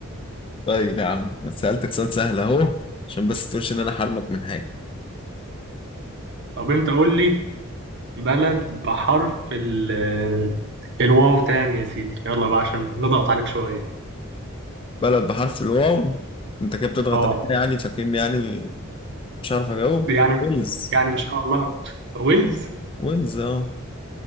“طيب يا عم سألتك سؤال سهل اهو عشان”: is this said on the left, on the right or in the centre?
Left